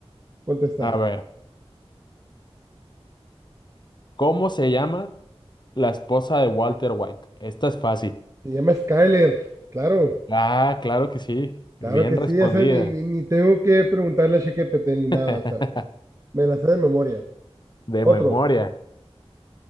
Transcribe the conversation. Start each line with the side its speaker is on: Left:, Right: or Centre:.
Right: contestar.
Left: A ver, ¿cómo se llama la esposa de Walter White? Esta es fácil.
Right: Se llama Skyler, claro,
Left: Ah, claro que sí.
Right: claro
Left: Bien
Right: que
Left: respondida.
Right: sí, eso ni, ni- ni tengo que preguntarle a ChatGPT ni nada,
Left: <laughs>
Right: o sea, me la sé de memoria.
Left: De
Right: Otro,
Left: memoria.